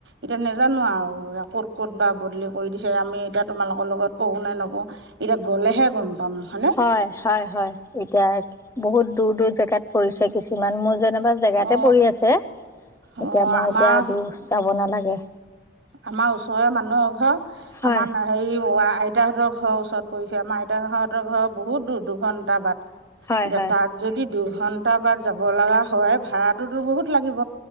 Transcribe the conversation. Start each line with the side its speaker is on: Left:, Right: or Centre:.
Right: এতিয়া নেজানো আৰু ক'ত ক'ত বা বদলি কৰি দিছে আমি এতিয়া তোমালোকৰ লগত পৰো নে নপৰো। এতিয়া গ'লেহে গম পাম হয়নে -
Left: হয় - হয় - হয় এতিয়া বহুত দূৰ দূৰ জেগাত পৰিছে কিছুমান মোৰ যেনিবা - জেগাতে
Right: অ
Left: পৰি আছে এতিয়া
Right: অ
Left: মই
Right: আমাৰ
Left: এতিয়া দূ যাব নালাগে।
Right: আমাৰ ওচৰৰে মানুহৰ এঘৰ
Left: হয়,
Right: আমাৰ নাই হেৰি হোৱা আইতাহঁতৰ ঘৰৰ ওচৰত পৰিছে আমাৰ আইতাহঁতৰ ঘৰ বহুত দূৰ দুঘন্টা বাট
Left: হয়,
Right: এতিয়া
Left: হয়,
Right: তাত যদি দুঘন্টা বাট যাব লাগা হয় ভাড়াটোতো বহুত লাগিব